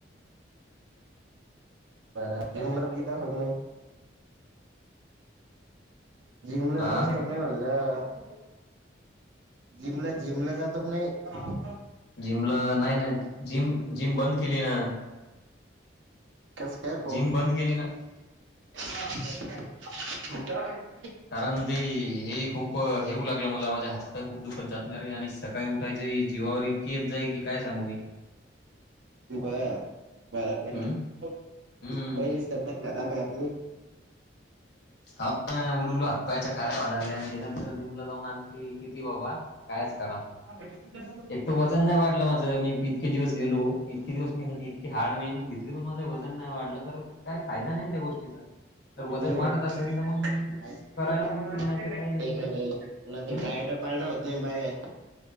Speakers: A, on the right; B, on the left.
A: बर <unintelligible> नाही. जिमला
B: हा
A: जात आसतो का नाही म्हणलं? जिमला जिमला जातो का नाही?
B: जिमला नाही नाही जिम जिम बंद केली ना.
A: कसं काय रे भाऊ?
B: जिम बंद केली ना
A: त्यात काय <unintelligible>
B: कारण ते हे खूप हे होऊ लागलं मला माझे हात, पाय खूप दुखतात ना रे आणि सकाळी उठायचे जीवावर इतकी येत जाई की काय सांगू मी.
A: बरं बराबरं
B: हम्म
A: आहे
B: हम्म
A: पहिलीच तब्येत खराब आहे आपली,
B: हाव ना उलू उलू हात पायाच्या काड्या व्हाय लागल्या आणि तेच्यात जिमला जाऊन आणखी किती बाबा कायच कराव.
A: <unintelligible> तुमच्या समोर
B: एक त वजन नाही वाढलं माझं, मी इतके दिवस गेलो इतके दिवस मी हे इत की हार्ड मेहनत घेतली पण माझं वजन नाही वाढलं, तर काय फायदा नाही ना त्या गोष्टीचा. तर
A: हो
B: वजन
A: नाही
B: वाढत
A: ते
B: असेल तर मग करायला
A: खरं
B: पुगते नाही तर काही नाही
A: आहे पुन्हा ते
B: हम्म
A: डाएट पाळण होत नाही बाहेर.